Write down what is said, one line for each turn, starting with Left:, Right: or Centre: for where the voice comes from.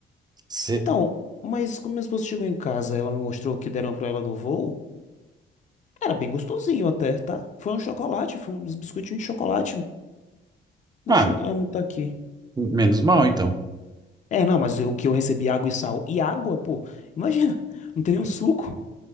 Right: Cê-
Left: Então, mas quando minha esposa chegou em casa, ela me mostrou o que deram pra ela no voo. Era bem gostosinho até, tá? Foi um chocolate, foi uns biscoitinhos de chocolate. Deixa
Right: Ah,
Left: eu anotar aqui.
Right: menos mal então.
Left: É, não, mas o que eu recebi água e sal. E água, pô, imagina, <laughs> não tem nenhum suco.